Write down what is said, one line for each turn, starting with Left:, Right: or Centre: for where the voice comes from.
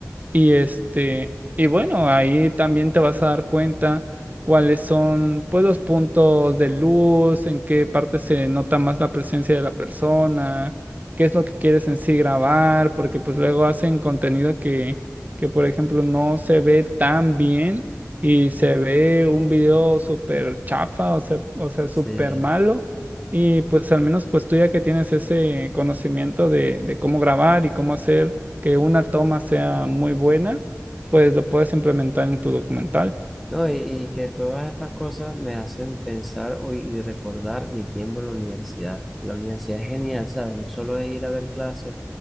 Right: y este, y bueno, ahí también te vas a dar cuenta cuáles son, pues, los puntos de luz, en qué parte se nota más la presencia de la persona, qué es lo que quieres en sí grabar, porque pues luego hacen contenido que, que por ejemplo, no se ve tan bien y se ve un video súper chafa, o sea, o sea, súper
Centre: Sí.
Right: malo. Y pues al menos pues tú ya que tienes ese conocimiento de, de cómo grabar y cómo hacer que una toma sea muy buena, pues lo puedes implementar en tu documental.
Centre: No, y, y que todas estas cosas me hacen pensar hoy y recordar mi tiempo en la universidad. La universidad es genial, ¿sabes? No solo es ir a ver clases,